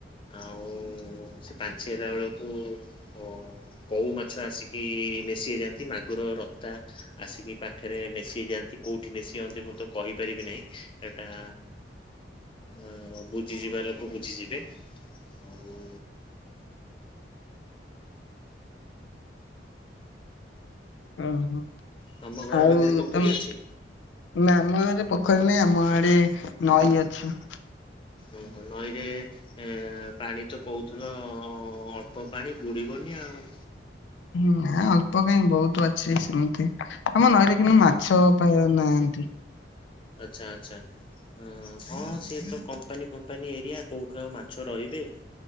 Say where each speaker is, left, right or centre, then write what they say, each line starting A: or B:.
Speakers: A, on the left; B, on the left.
A: ଆଉ ସେ ପାଞ୍ଚେ ହେଲା ବେଳକୁ ଓ କଉ ମାଛ ଆସିକି ନେସିି ହେଇଯାଆନ୍ତି ମାଗୁର ରକ୍ତା ଆସିକି ପାଖରେ ନେସିି ହେଇଯାଆନ୍ତି। କୋଉଠି ନେଶି ହନ୍ତି ମୁଁ ତ କହିପାରିବି ନାହିଁ ହେଟା ଅ ବୁଝିଯିବା ଲୋକ ବୁଝିଯିବେ ଆଉ
B: ଓହୋ
A: ତମ ଘର
B: ଆଉ
A: ପାଖରେ ପୋଖରୀ
B: ତମେ
A: ଅଛି
B: ନା ଆମ ଗରେ ପୋଖରୀ ନାାଇଁ ଆମ ଆଡେ ନଈ ଅଛି।
A: ଓହୋ ନଈରେ ଏଁ ପାଣି ତ କହୁଥିଲ ଅଳ୍ପ ପାଣି ବୁଡିବନି ଆଉ।
B: ହୁଁ ନା ଅଳ୍ପ କାଇଁ ବୋହୁତ ଅଛି ସେମିତି ଆମ ନଈରେ କିନ୍ତୁ ମାଛ ପ୍ରାୟ ନାହାନ୍ତି।
A: ଆଛା ଆଛା। ହଁ ହଁ ସିଏ ତ କମ୍ପାନୀ ଫମ୍ପାନୀ ଏରିଆ କୋଉଠୁ ଆଉ ମାଛ ରହିବେ।